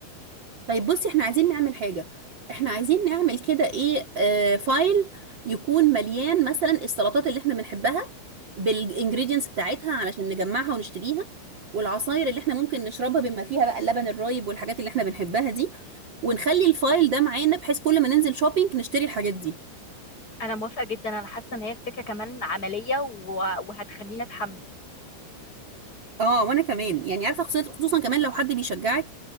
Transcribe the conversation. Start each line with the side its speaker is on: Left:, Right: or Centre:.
Right: طيب بصي احنا عايزين نعمل حاجة احنا عايزين نعمل كده ايه آه فايل يكون مليان مثلا السلطات اللي احنا بنحبها بالانجريدينتس بتاعتها علشان نجمعها ونشتريها والعصاير اللي احنا ممكن نشربها بما فيها بقى اللبن الرايب والحاجات اللي احنا بنحبها دي ونخلي الفايل ده معانا بحيث كل ما ننزل شوبينج نشتري الحاجات دي
Left: انا موافقه جدا انا حاسه ان هي الفكره كمان عمليه و- وهتخليني اتحمس
Right: اه وانا كمان يعني عارفة خصوصا خصوصاً كمان لو حد بيشجعك